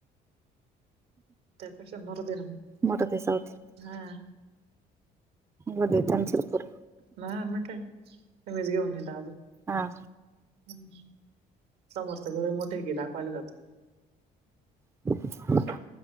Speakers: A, on the right; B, on the right.
A: त्या पेक्षा मरूदे ना मंग
B: मोठं ते जाऊदे
A: हां.
B: मध्ये त्यांचाच कर.
A: ना मग काय अमेज घेऊन येता अजून.
B: हां.
A: हम्म समोरचा घर मोठे आहे की दाखवायला जातं.
B: <inaudible>
A: म